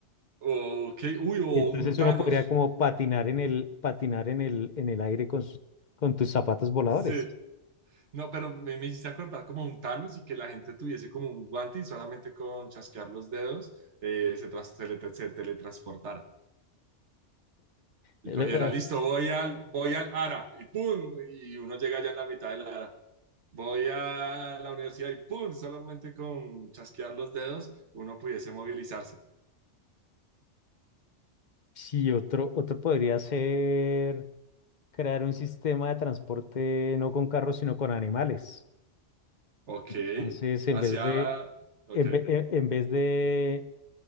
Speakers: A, on the right; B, on the left.
A: O, Ok, uy, o
B: Y entonces
A: un Thanos.
B: uno podría como patinar en el, patinar en el, en el aire con, sus- con tus zapatos voladores.
A: Sí. No, pero me, me hiciste acordar como un Thanos y que la gente tuviese como un guante y solamente con chasquear los dedos eh, se, tras- se le- se teletransportara. Y
B: <laughs>
A: cogiera, listo, voy al, voy al ARA y ¡pum! Y uno llega ya en la mitad del ARA. Voy a la universidad y ¡pum! Solamente con chasquear los dedos uno pudiese movilizarse.
B: Sí, otro, otro podría ser. crear un sistema de transporte no con carros, sino con animales.
A: Ok,
B: Entonces, en
A: hacia...
B: vez de,
A: Ok.
B: en, ve- en en vez de,